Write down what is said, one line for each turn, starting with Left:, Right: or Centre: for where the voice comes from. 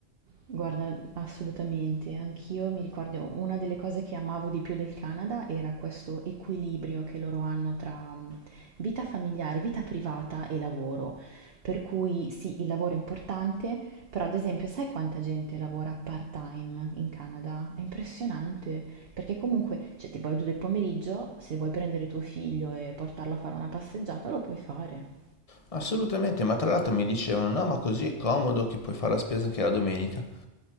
Right: Guarda, assolutamente, anch'io mi ricordo una delle cose che amavo di più del Canada era questo equilibrio che loro hanno tra mm, vita familiare, vita privata e lavoro. Per cui sì, il lavoro è importante, però ad esempio sai quanta gente lavora part-time in Canada? È impressionante, perché comunque, cioè tipo alle 2 del pomeriggio, se vuoi prendere tuo figlio e portarlo a fare una passeggiata, lo puoi fare.
Left: Assolutamente, ma tra l'altro mi dicevano, no, ma così è comodo che puoi fare la spesa anche la domenica.